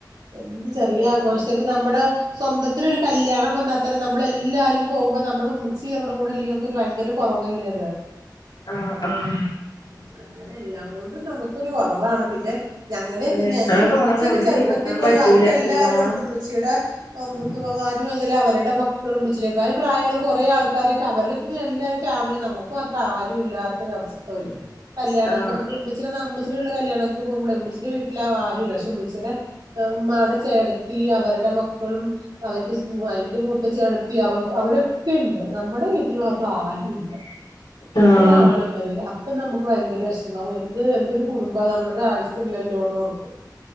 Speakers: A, on the right (about 70°); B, on the left (about 80°).
A: എന്ത് ചെറിയ ആഘോഷ ഇനി നമ്മുടെ സ്വന്തത്തിലൊരു കല്യാണം വന്നാ തന്നെ നമ്മളെല്ലാരും പോവുമ്പോ നമ്മടെ ഉമ്മച്ചി നമ്മുടെ കൂടെല്ലെങ്കി നമക്കൊരു ഭയങ്കര കൊറവല്ലേത്
B: ആഹ് ആഹ്
A: ഉം അങ്ങനെ എല്ലാം കൊണ്ടും നമുക്കൊരു കൊറവാണ് പിന്നെ ഞ
B: ഏഹ്
A: ഞാൻ
B: ആ കൊറവ്
A: ഉമ്മച്ചി ഒക്കെ
B: എവിടിം
A: ചെറുപ്പത്തി
B: നികത്താൻ
A: പോയി
B: പറ്റൂല
A: ബാക്കി എല്ലാരും
B: അള്ളാ
A: ഉണ്ട് ഉമ്മച്ചിടെ മൂത്തുമ്മമാരും അതുപോലെ അവരടെ മക്കളും ഉമ്മച്ചിനെക്കായി പ്രായള്ള കൊറേ ആൾക്കാരൊക്കെ അവരുടെക്കെങ്ങനെ എല്ലാ ഫാമിലി നമുക്ക് മാത്രം ആരും ഇല്ലാത്ത ഒരു അവസ്ഥ വരും കല്യാണങ്ങക്കക്കെ
B: ആഹ്
A: ഉമ്മച്ചി ഉമ്മച്ചിലെ ഉള്ള കല്യാണക്കെ പോമ്പോള ഉമ്മിച്ചിടെ വീട്ടിലാരുല്ല പക്ഷെ ഉമ്മച്ചിടെ ഹ് ഉമ്മാടെ ചേടത്തി അവര്ടെ മക്കളും അവന്റെസ് മൂ അയ്ന്റെ മൂത്തച്ചി അവ്ടെത്തി അവർ അവരൊക്കെയുണ്ട് നമ്മടെ വീട്ടിൽ മാത്രം ആരുല്ല
B: <inaudible> ആഹ്
A: ഒരാള് വരില്ല അപ് അപ്പൊ നമുക്ക് ഭയങ്കര വെഷ്മാവും എന്തൊരു എന്തൊര് കുടുംബാ നമ്മുടെ ഒരു ആയുസല്ലല്ലോന്നോർക്കും